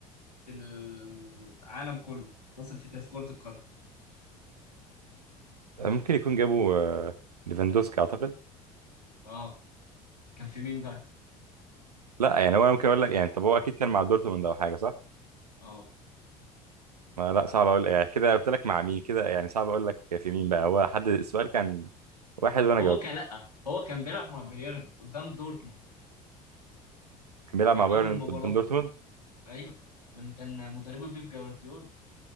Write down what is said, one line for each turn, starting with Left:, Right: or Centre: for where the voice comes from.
Left: في العالم كله حصل في تاريخ كرة القدم
Right: آه، ممكن يكون جابوا آه، ليفاندوسكي اعتقد
Left: اه كان في مين بقى
Right: لا يعني هو ممكن اقول لك يعني طب هو اكيد كان مع دورتموند او حاجه صح؟
Left: اه
Right: ما لا صعب اقول يعني كده قلت لك مع مين كده يعني صعب اقول لك في مين بقى هو حد السؤال كان واحد وانا
Left: هو
Right: جاوبته
Left: كان لأ هو كان بيلعب مع بايرن قدام دورتموند
Right: كان بيلعب
Left: كان
Right: مع
Left: أول
Right: بايرن
Left: مباراة
Right: قدام دورتموند
Left: أيوه لما كان مدربه بيب جوارديولا